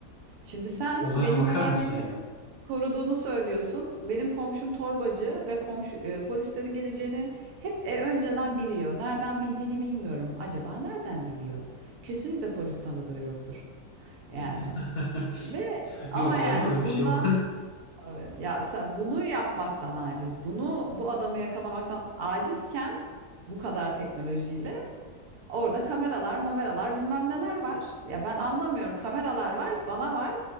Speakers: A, on the right; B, on the left.
A: şimdi sen
B: Olaya
A: benim
B: bakar
A: güvenliğimi
B: mısın ya?
A: koruduğunu söylüyorsun. Benim komşum torbacı ve komşu e, polislerin geleceğini hep e, önceden biliyor. Nereden bildiğini bilmiyorum. Acaba nereden biliyor? Kesinlikle polis tanıdığı yoktur. Yani
B: <laughs>
A: ve
B: Yok
A: ama yani
B: canım öyle bir
A: bundan
B: şey yok.
A: tabii ya sen bunu yapmaktan aciz. Bunu bu adamı yakalamaktan acizken bu kadar teknolojiyle orada kameralar, mameralar bilmem neler var. Ya ben anlamıyorum. Kameralar var, bana var.